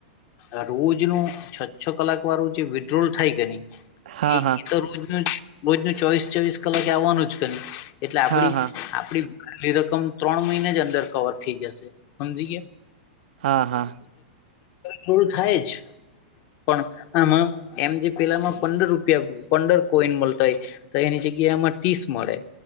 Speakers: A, on the left; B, on the right.
A: અ રોજનું છ છ કલાક વારું જે વી ડ્રોલ થાય કે ની
B: હા
A: એ
B: હા
A: એતો રોજનું રોજનું ચોવીસ ચોવીસ કલાકે આવવાનું જ કે ની એટલે આપડી
B: હા હા
A: આપડી ખાલી રકમ ત્રણ મહિને જ અંદર કવર થઇ જશે હમજી ગયા?
B: હા હા
A: થોડું થાય જ પણ આમાં એમ જે પેલામાં પંદર રૂપિયા પંદર કોઈન મલતા એ તો એની જગ્યા આમાં તીસ મળે.